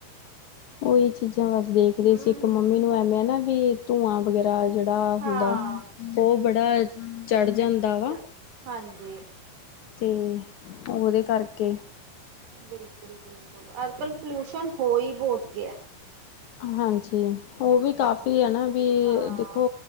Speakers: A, on the left (about 70°); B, on the right (about 85°).
A: ਓਈ ਚੀਜ਼ਾਂ ਬਸ ਦੇਖਰੀ
B: ਹਮ
A: ਸੀ ਇੱਕ
B: ਹਮ
A: ਮੰਮੀ ਨੂੰ ਐਵੇਂ ਨਾ ਵੀ ਧੂੰਆਂ ਵਗੈਰਾ ਜੇੜਾ ਦਾ
B: ਹਾਂ
A: ਹੁੰਦਾ ਓ ਬੜਾ ਚੜ ਜਾਂਦਾ ਵਾ।
B: ਚਲੋ ਹਾਂਜੀ।
A: ਤੇ ਓਦੇ ਕਾਰਕੇ।
B: ਬਿਲਕੁਲ-ਬਿਲਕੁਲ, ਅੱਜ-ਕੱਲ ਪੋਲਿਊਸ਼ਨ ਹੋਈ ਬੋਤ ਗਿਆ।
A: ਹਾਂਜੀ, ਓ ਵੀ ਕਾਫੀ ਆਨਾ ਵੀ
B: ਹਾਂ
A: ਦੇਖੋ